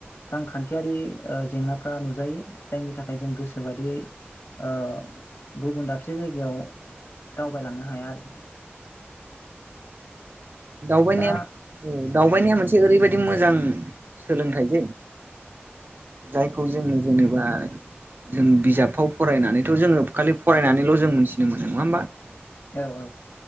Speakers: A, on the left; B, on the right.
A: रांखान्थियारि ओ जेंनाफ्रा नुजायो जायनि थाखाय जों गोसोबादियै ओ गुबुन दाबसे जायगायाव दावबायलांनो हाया आरो।
B: दावबाय
A: दा
B: नाया <unintelligible> दावबायनाया मोनसे ओरैबायदि मोजां सोलोंथाइ जे जायखौ जोङो जेनेबा जों बिजाबफ्राव फरायनानैथ' जोङो खालि फरायनानैल' जों मोनथिनो मोनो नङा होमबा?
A: औ औ।